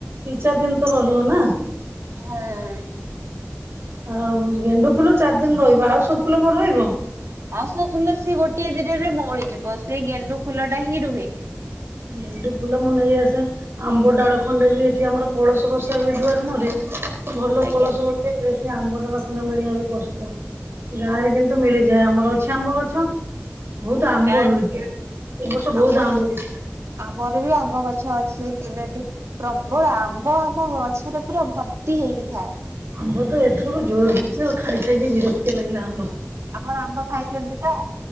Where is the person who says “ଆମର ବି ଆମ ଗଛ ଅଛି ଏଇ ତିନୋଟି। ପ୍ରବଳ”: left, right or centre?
Right